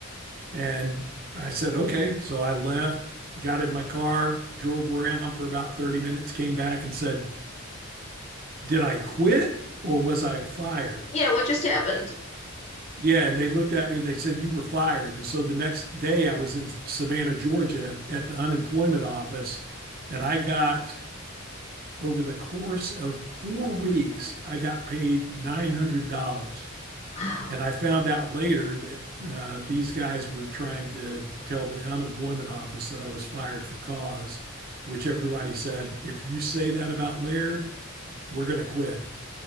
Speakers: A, on the right (about 45°); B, on the left (about 35°).
A: And I said, okay. So I left, got in my car, drove around for about 30 minutes, came back and said, did I quit or was I fired?
B: Yeah, what just happened?
A: Yeah. And they looked at me and they said, you were fired. And so the next day I was in Savannah, Georgia at the unemployment office. And I got, over the course of four weeks, I got paid $900.
B: Wow.
A: And I found out later that uh, these guys were trying to tell the unemployment office that I was fired for cause, which everybody said, if you say that about Laird, we're going to quit.